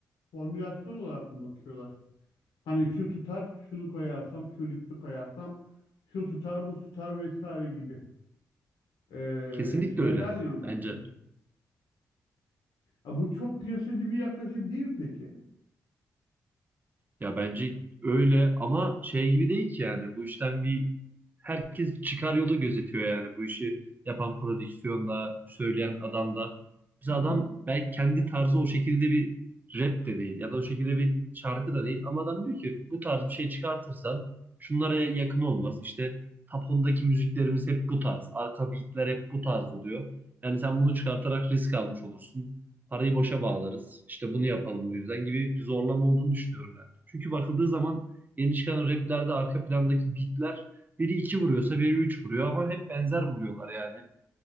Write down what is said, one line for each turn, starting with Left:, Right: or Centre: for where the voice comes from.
Left: formülasyon olarak mı bakıyorlar? Hani şu tutar, şunu koyarsam, şu ritmi koyarsam, şu tutar, bu tutar vesaire gibi e,
Right: Kesinlikle
Left: şeylerle
Right: öyle
Left: mi bakıyorsun?
Right: bence.
Left: Ya bu çok piyasacı bir yaklaşım değil mi peki?
Right: Ya bence öyle ama şey gibi değil ki yani bu işten bir herkes çıkar yolu gözetiyor yani bu işi yapan prodüksiyonda söyleyen adam da. Mesela
Left: Hı hı.
Right: adam belki kendi tarzı o şekilde bir rap de değil ya da o şekilde bir şarkı da değil ama adam diyor ki bu tarz bir şey çıkartırsan şunlara yakın olmaz. İşte top 10'daki müziklerimiz hep bu tarz. Arka beatler hep bu tarz oluyor. Yani sen bunu çıkartarak risk almış olursun. Parayı boşa bağlarız. İşte bunu yapalım o yüzden gibi bir zorlama olduğunu düşünüyorum ben. Çünkü bakıldığı zaman yeni çıkan raplerde arka plandaki beatler biri iki vuruyorsa biri üç vuruyor ama hep benzer vuruyorlar yani.